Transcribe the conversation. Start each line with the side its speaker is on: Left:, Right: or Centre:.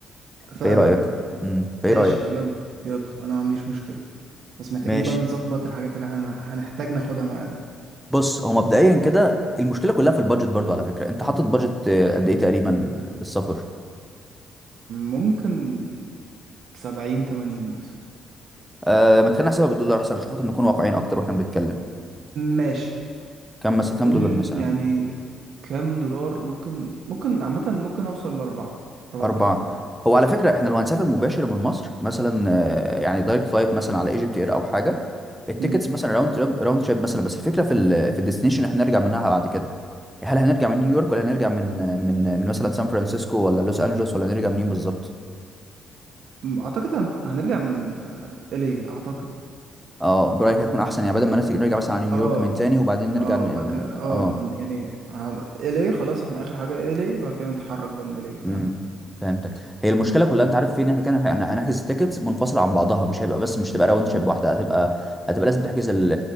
Right: فاهمك
Centre: فايه رايك
Right: آه.
Centre: امم فايه
Right: ماشي
Centre: رايك
Right: يلا يلا انا ما عنديش مشكلة بس محتاجين
Centre: ماشي
Right: بقى نظبط الحاجات اللي هن... هنحتاج ناخدها معانا
Centre: بص هو مبدئيا كده المشكله كلها في البادجت برضو على فكره انت حاطط بادجت آه، قد ايه تقريبا للسفر
Right: ممكن سبعين تمانين مثلا
Centre: آه ما تخلينا نحسبها بالدولار احسن عشان خاطر نكون واقعيين اكتر واحنا بنتكلم
Right: ماشي
Centre: كم مثلا كم
Right: قول
Centre: دولار مثلا
Right: يعني كام دولار ممكن ممكن عامة ممكن اوصل لأربعة أربعة
Centre: اربعه
Right: آلاف دولار
Centre: هو على فكره احنا لو هنسافر مباشر من مصر مثلا آه، يعني دايركت فلايت مثلا على ايجيبت اير او حاجه التيكتس
Right: مم.
Centre: مثلا راوند تريب راوند تريب مثلا بس الفكره في ال في الديستنيشن احنا هنرجع منها بعد كده هل هنرجع من نيويورك ولا هنرجع من من من مثلا سان فرانسيسكو ولا لوس انجلوس ولا هنرجع منين بالظبط
Right: مم، أعتقد هن... هنرجع من آه، إلي أعتقد
Centre: اه برايك هيكون احسن يعني بدل ما نس- نرجع مثلا على نيويورك
Right: اه
Centre: من تاني وبعدين نرجع
Right: اه
Centre: ن...
Right: بقى كده اه
Centre: اه
Right: ن- يعني هن... إلي خلاص احنا آخر حاجة إلي بقى كده نتحرك بقى من إلي فاهم
Centre: امم فهمتك هي المشكله كلها انت عارف فين احنا كان هن- هنحجز التيكتس منفصله عن بعضها مش هيبقى بس مش تبقى راوند شيب واحده هتبقى هتبقى لازم تحجز ال...